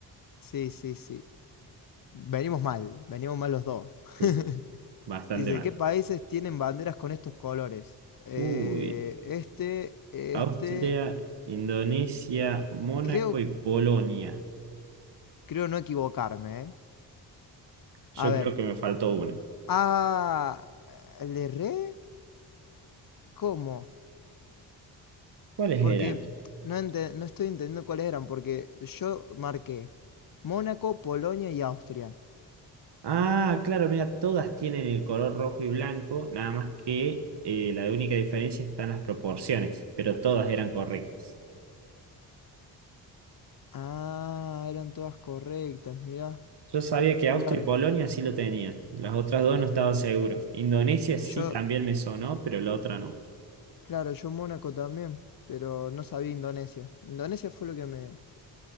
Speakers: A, on the left; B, on the right.
A: sí, sí. sí. Venimos mal, venimos mal los dos.
B: Sí,
A: <laughs>
B: sí, Bastante
A: Dice,
B: mal.
A: ¿qué países tienen banderas con estos colores? Eh,
B: Uy,
A: este, este,
B: Austria, Indonesia, Mónaco
A: creo,
B: y Polonia.
A: creo no equivocarme, ¿eh?
B: Yo
A: A ver,
B: creo que me faltó una.
A: ah, ¿le re? ¿Cómo?
B: ¿Cuáles
A: Porque
B: eran?
A: no, ente- no estoy entendiendo cuáles eran, porque yo marqué Mónaco, Polonia y Austria.
B: Ah, claro, mira, todas tienen el color rojo y blanco, nada más que eh, la única diferencia está en las proporciones, pero todas eran correctas.
A: Ah, eran todas correctas, mirá.
B: Yo sabía que Austria
A: Claro,
B: y Polonia sí lo tenían, las otras dos no estaba seguro. Indonesia sí
A: yo,
B: también me sonó, pero la otra no,
A: claro, yo Mónaco también, pero no sabía Indonesia. Indonesia fue lo que me